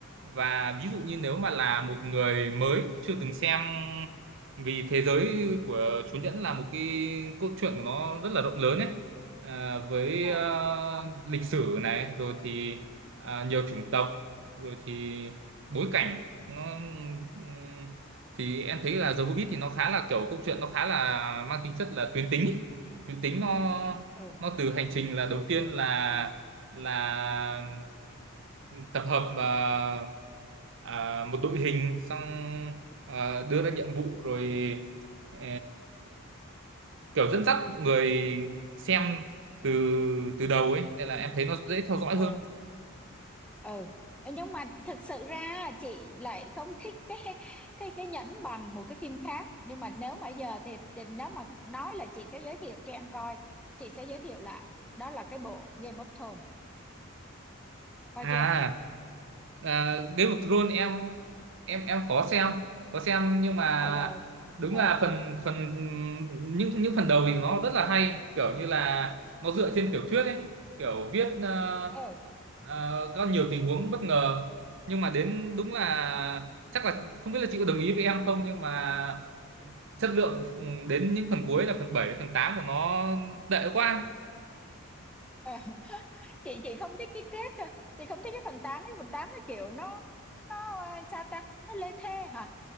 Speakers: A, on the right; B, in the centre.
A: và ví dụ như nếu mà là một người mới chưa từng xem vì thế giới của Chúa Nhẫn là một cái cốt truyện của nó rất là rộng lớn ấy à, với
B: à
A: ờ, lịch sử này rồi thì à, nhiều chủng tộc rồi thì bối cảnh nó ừm, thì em thấy là The Hobbit thì nó khá là kiểu câu chuyện nó khá là mang tính chất là tuyến tính ấy. tuyến tính nó
B: ừ
A: nó từ hành trình là đầu tiên là là tập hợp ờ, à, một đội hình xong à, đưa ra nhiệm vụ rồi ờ, kiểu dẫn dắt người xem từ từ đầu ấy nên là em thấy nó dễ theo dõi hơn
B: ừ ừ nhưng mà thực sự ra chị lại không thích cái cái cái nhẫn bằng một cái phim khác nhưng mà nếu mà giờ thì, thì nếu mà nói là chị sẽ giới thiệu cho em coi chị sẽ giới thiệu lại đó là cái bộ Game of Thrones coi
A: à,
B: chưa
A: à Game of Thrones em em em có xem có xem nhưng mà
B: ờ rồi
A: đúng
B: ừ
A: là phần phần những những phần đầu thì nó rất là hay kiểu như là nó dựa trên tiểu thuyết ấy kiểu viết ờ,
B: ừ
A: Ờ, có nhiều tình huống bất ngờ nhưng mà đến đúng là chắc là không biết là chị có đồng ý với em không nhưng mà chất lượng ừ, đến những phần cuối là phần 7 phần 8 của nó tệ quá
B: ừ <laughs> chị chị không thích cái kết thôi chị không thích cái phần tám cái phần 8 nó kiểu nó nó ờ, sao ta nó lê thê hả